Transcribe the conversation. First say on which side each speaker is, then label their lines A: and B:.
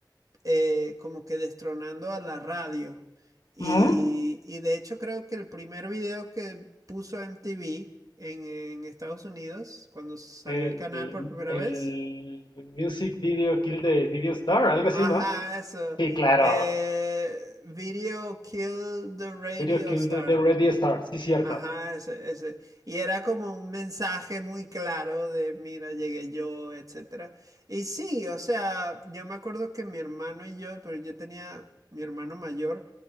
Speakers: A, on the right; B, on the left.
A: eh, como que destronando a la radio. Y,
B: Ujú.
A: y de hecho creo que el primer video que puso MTV en, en Estados Unidos, cuando salió
B: El,
A: el canal por primera
B: el
A: vez.
B: Music Video Kill de Video Star, algo así,
A: Ajá,
B: ¿no?
A: eso.
B: Sí, claro.
A: eh, Video Kill the Radio
B: Video Kill
A: Star.
B: de, de Radio Star, sí, cierto.
A: Ajá, ese, ese. Y era como un mensaje muy claro de, mira, llegué yo, etcétera. Y sí, o sea, yo me acuerdo que mi hermano y yo, pero yo tenía mi hermano mayor,